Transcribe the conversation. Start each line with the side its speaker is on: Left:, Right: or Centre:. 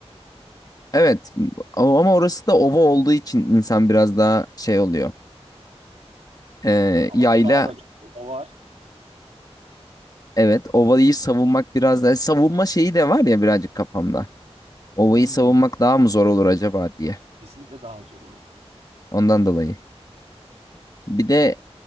Left: Evet ama orası da ova olduğu için insan biraz daha şey oluyor. E,
Right: Ama
Left: yayla
Right: daha da çok baba var.
Left: Evet, ovayı savunmak biraz da savunma şeyi de var ya birazcık kafamda. Ovayı
Right: Hmm,
Left: savunmak daha mı zor olur acaba diye.
Right: kesinlikle daha zor olur.
Left: Ondan dolayı. Bir de